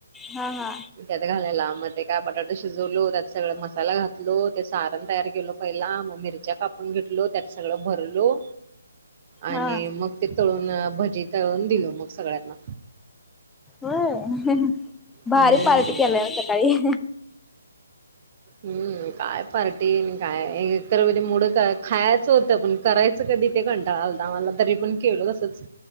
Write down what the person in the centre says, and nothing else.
हा हा
हा
व्हयं भारी
पार्टी केलाय मग सकाळी.